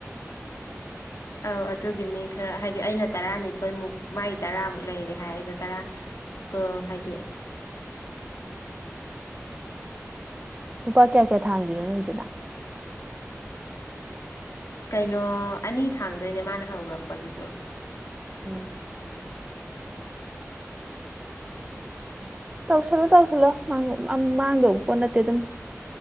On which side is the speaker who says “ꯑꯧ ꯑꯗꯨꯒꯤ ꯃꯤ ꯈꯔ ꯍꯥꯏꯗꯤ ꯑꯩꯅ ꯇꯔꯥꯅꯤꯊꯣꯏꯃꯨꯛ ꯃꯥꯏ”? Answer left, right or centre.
Left